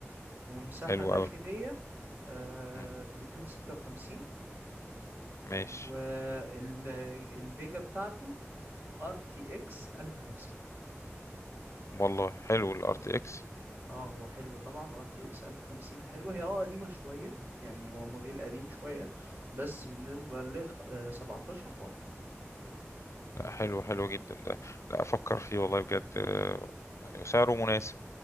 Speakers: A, on the right; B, on the left.
A: ومساحة
B: حلو
A: داخلية
B: أوي
A: آه،
B: مم.
A: 256
B: ماشي
A: والفيجا بتاعته ار تي اكس 1050
B: والله حلو الار تي اكس
A: اه هو حلو طبعا ار تي اكس 1050 حلوة هي اه قديمة شوية يعني هو موديل قديم شوية بس بالنسبة ل 17 واحد
B: لا حلو حلو جدا ده لا افكر فيه والله بجد آه، وسعره مناسب